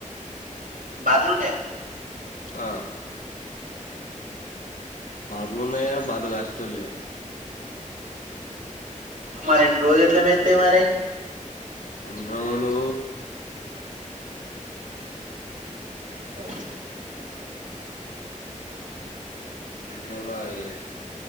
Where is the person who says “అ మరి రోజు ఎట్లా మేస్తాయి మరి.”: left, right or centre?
Right